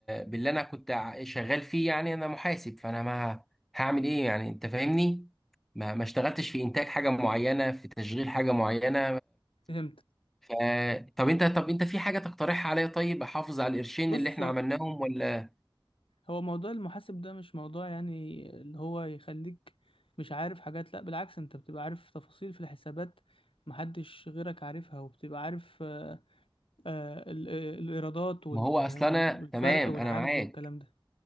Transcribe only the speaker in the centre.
باللي انا كنت ع- شغال فيه يعني انا محاسب فانا ما هعمل ايه يعني انت فاهمني ما ما اشتغلتش في انتاج حاجة معينة في تشغيل حاجة معينة
ف طب انت طب انت في حاجة تقترحها عليا طيب احافظ على القرشين
اللي احنا عملناهم ولا
ما هو اصل
انا
تمام
انا معاك